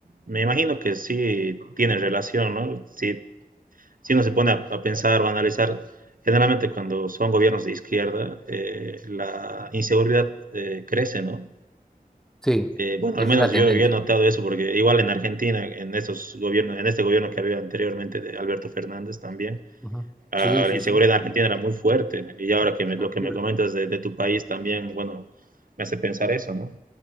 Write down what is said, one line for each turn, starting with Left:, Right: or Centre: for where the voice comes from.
Right: me imagino que sí tienen relación, ¿no? Si, si uno se pone a, a pensar o a analizar, generalmente cuando son gobiernos de izquierda, eh, la inseguridad eh, crece, ¿no?
Centre: sí,
Right: Eh, bueno,
Centre: esa
Right: al menos
Centre: es la
Right: yo,
Centre: tendencia.
Right: yo he notado eso porque igual en Argentina, en estos gobiernos, en este gobierno que había anteriormente de Alberto Fernández también,
Centre: Ujú.
Right: ah,
Centre: Sí, sí,
Right: la inseguridad
Centre: sí,
Right: en Argentina era muy fuerte. Y ahora que me- lo
Centre: horrible.
Right: que me comentas de, de tu país también, bueno, me hace pensar eso, ¿no?